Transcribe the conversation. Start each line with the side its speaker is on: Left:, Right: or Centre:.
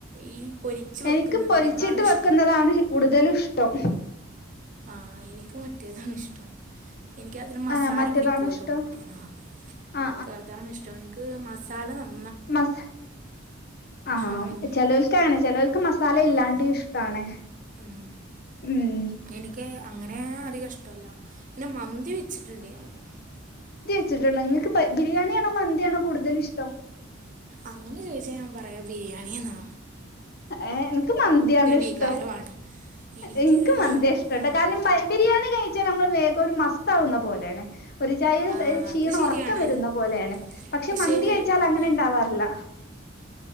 Right: ഈ പൊരിച്ച് വെക്കുന്നതിനേക്കാൾ
Left: എനിക്ക് പൊരിച്ചിട്ട് വെക്കുന്നതാണ്
Right: ഇഷ്ടം
Left: കൂടുതലും ഇഷ്ടം.
Right: ആഹ് എനിക്ക് മറ്റേതാണിഷ്ടം എനിക്ക് അതില് മസാല
Left: ആ മറ്റേതാണോ
Right: പിടിക്കോല്ലൊ
Left: ഇഷ്ടം
Right: ആ
Left: ആ
Right: ഇൻക്കതാണ് ഇഷ്ടം. <unintelligible> മസാല നമ്
Left: മസെ ആ
Right: അങ്ങനെ
Left: മ് ചെലോല്ക്കാണ് ചെലോല്ക്ക് മസാലയില്ലാണ്ട്
Right: ആഹ്
Left: ഇഷ്ടാണ്
Right: ഉം
Left: ഉം
Right: എനിക്ക് അങ്ങനെ അധിക ഇഷ്ടവല്ല പിന്നെ മന്തി വെച്ചിട്ടുണ്ട് ഞാന്
Left: വച്ചിട്ട്ണ്ടോ ഇങ്ങൾക്ക് ഭയ് ബിരിയാണിയാണോ മന്തിയാണോ കൂടുതലിഷ്ടം
Right: അങ്ങനെ ചോയിച്ചാ ഞാൻ പറയാ ബിരിയാണിയെന്നാ
Left: ഏ എന്ക്ക് മന്തിയാണ് ഇഷ്ടം
Right: വികാരമാണ് എനിക്ക്
Left: എന്ക്ക് മന്തിയാ ഇഷ്ട്ടട്ടൊ
Right: ആഹ്
Left: കാരണം മയെ ബിരിയാണി കഴി ച്ചാ നമ്മള് വേഗം ഒരു മസ്ത്താവുന്ന പോലേണ് ഒരുജായില്
Right: ആഹ്
Left: തരി ക്ഷീണം
Right: അത് ശരിയാണ്
Left: ഒറക്കം വരുന്ന പോലേണ്.
Right: ഉം
Left: പക്ഷെ
Right: പക്ഷേ
Left: മന്തി കഴിച്ചാലങ്ങനെ ഇണ്ടാവാറില്ല